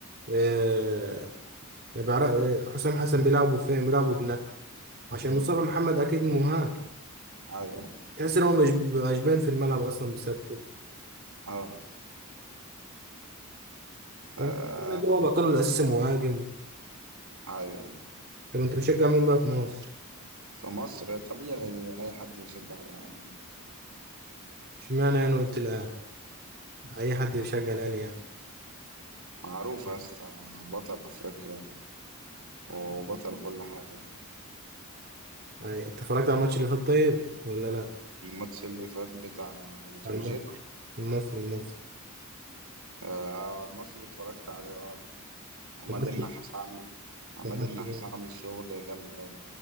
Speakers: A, on the right; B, on the right.
A: آه بيعرف آه حسام حسن بيلعبوا فين بيلعبوا جناح عشان
B: امم
A: مصطفى محمد اكيد مهاجم
B: ايوه
A: تحس ان هو مش مش باين في الملعب اصلا بسببه
B: اه
A: فانا
B: آه،
A: شايف إن هو مكانه الاساسي مهاجم
B: ايوه
A: طب انت بتشجع مين بقى في مصر
B: في مصر طبيعي اي حد يشجع الاهلي
A: اشمعنى انا قلت الاهلي اي حد بيشجع الاهلي يعني
B: معروف يا اسطى بطل افريقيا وبطل كل حاجه يعني
A: يعني انت اتفرجت على الماتش اللي فات طيب ولا لا
B: الماتش اللي فات بتاع بتروجيت
A: على الماتش المصري المصري
B: آه المصري اتفرجت عليه اه عماد
A: الماتش
B: النحاس عماد
A: الماتش
B: النحاس
A: ده
B: عامل شغل جامد أوي